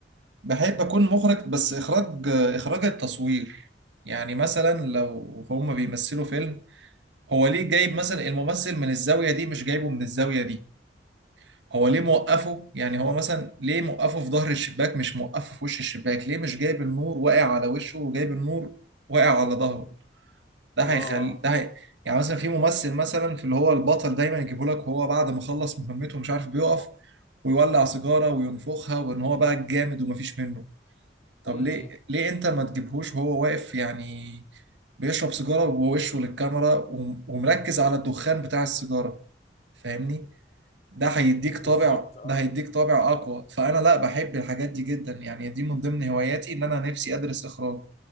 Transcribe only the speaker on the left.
اه اه
م-
م.
بالظبط اه